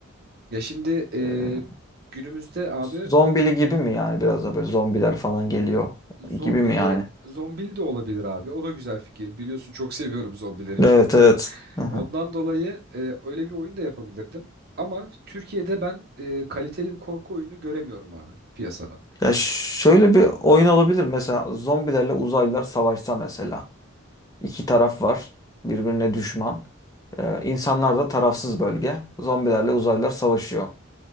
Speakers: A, on the right; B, on the left.
A: Ya şimdi e,
B: E,
A: günümüzde abi
B: zombili gibi mi yani biraz da böyle zombiler falan geliyor
A: Zombili
B: gibi mi yani?
A: zombili de olabilir abi. O da güzel fikir. Biliyorsun çok seviyorum zombileri
B: Evet
A: çünkü.
B: evet. Hı hı.
A: Ondan dolayı e, öyle bir oyun da yapabilirdim. Ama Türkiye'de ben e, kaliteli bir korku oyunu göremiyorum abi piyasada.
B: Ya şöyle bir oyun olabilir mesela zombilerle uzaylılar savaşsa mesela. İki taraf var birbirine düşman. Ee, insanlar da tarafsız bölge. Zombilerle uzaylılar savaşıyor.